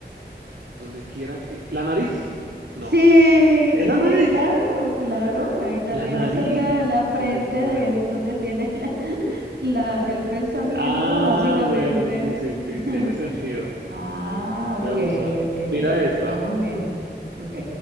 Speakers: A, on the right; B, on the right.
A: donde quiera que... ¿La nariz? No.
B: Sí,
A: ¿Es
B: sí,
A: la nariz?
B: claro, claro. Ahí la
A: La
B: tienes
A: nariz.
B: cerca de la frente,
A: Donde quiera.
B: de- es donde tienes la- <laughs> la- el pensamiento,
A: Ah,
B: básicamente.
A: bueno, sí, sí, sí,
B: <laughs>
A: tiene sentido.
B: Ah,
A: Me
B: ok,
A: gusta.
B: ok.
A: Mira esta.
B: Vamos bien. Ok.